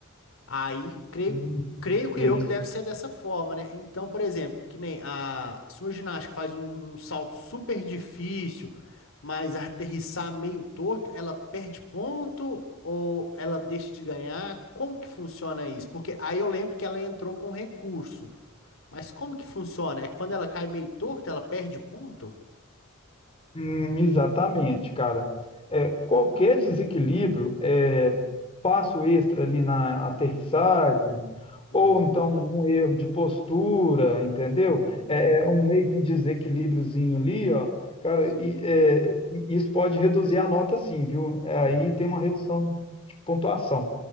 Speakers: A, on the left; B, on the left.
A: Aí, creio,
B: Hum,
A: creio que
B: Teve
A: eu que
B: isso.
A: deve ser dessa forma, né? Então, por exemplo, que nem a, se uma ginástica faz um, um salto super difícil, mas aterrissar meio torto, ela perde ponto ou ela deixa de ganhar? Como que funciona isso? Porque aí eu lembro que ela entrou com recurso. Mas como que funciona? É quando ela cai meio torta, ela perde ponto?
B: Hum, exatamente, cara. É, qualquer desequilíbrio, é, passo extra ali na
A: Uhum,
B: aterrissagem,
A: uhum,
B: ou então um erro de postura, entendeu?
A: uhum,
B: É um meio que um desequilíbriozinho ali, ó, cara,
A: Sim.
B: e, é, e isso pode reduzir a nota sim, viu? É,
A: Uhum.
B: Aí tem uma redução de pontuação,